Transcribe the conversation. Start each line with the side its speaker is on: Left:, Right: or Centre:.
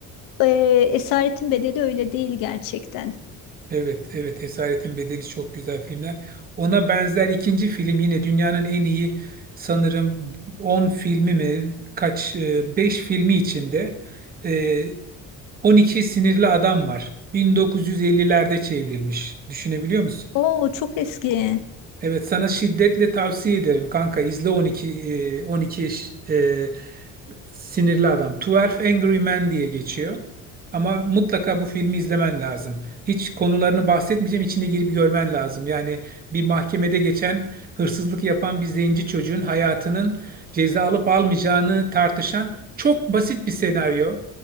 Left: e, Esaretin Bedeli öyle değil gerçekten.
Right: Evet, evet Esaretin Bedeli çok güzel filmler. Ona benzer ikinci film yine dünyanın en iyi sanırım 10 filmi mi kaç e, 5 filmi içinde e, 12 Sinirli Adam var. 1950'lerde çevrilmiş. Düşünebiliyor musun?
Left: Oo çok eski.
Right: Evet sana şiddetle tavsiye ederim kanka izle 12 e, 12 ş- e, sinirli adam. 12 Angry Men diye geçiyor. Ama mutlaka bu filmi izlemen lazım. Hiç konularını bahsetmeyeceğim, içine girip görmen lazım. Yani bir mahkemede geçen hırsızlık yapan bir zenci çocuğun hayatının ceza alıp almayacağını tartışan çok basit bir senaryo